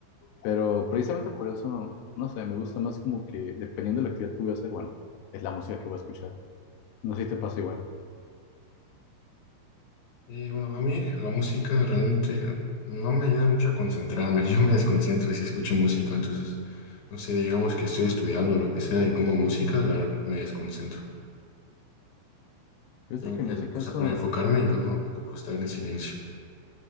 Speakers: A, on the left; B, on the left.
A: Pero precisamente por eso, no sé, me gusta más como que dependiendo de la actividad que voy a hacer, bueno, es la música que voy a escuchar. No sé si te pasa igual.
B: Y bueno, a mí la música realmente no me ayuda mucho a concentrarme, <laughs> yo me desconcentro si escucho música, entonces, no sé, digamos que estoy estudiando o lo que sea y pongo música, la verdad me desconcentro.
A: Fíjate
B: Tengo
A: que
B: que,
A: en ese caso
B: pues, para enfocarme, yo no ocupo estar en silencio.